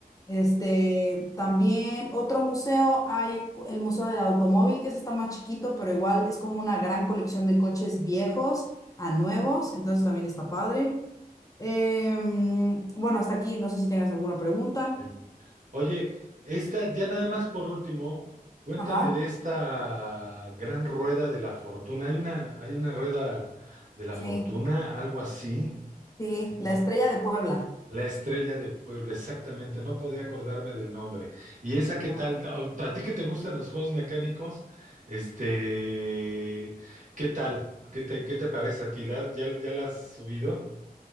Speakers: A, on the left; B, on the right.
A: Este, también otro museo, hay el Museo del Automóvil, que ese está más chiquito, pero igual es como una gran colección de coches viejos a nuevos, entonces también está padre. Em, bueno, hasta aquí, no sé si tengas alguna pregunta.
B: Sí. Oye, esta, ya nada más por último, cuéntame
A: Ajá,
B: de esta gran rueda de la fortuna. Hay una, hay una rueda de la
A: sí,
B: fortuna, algo así.
A: sí,
B: Sí, no.
A: la estrella de Puebla.
B: La estrella de Puebla, exactamente, no podía acordarme del nombre. ¿Y esa
A: no
B: qué tal? ¿A a ti que te gustan los juegos mecánicos? Este, ¿qué tal? ¿Qué te, qué te parece a ti? ¿La- ya, ya la has subido?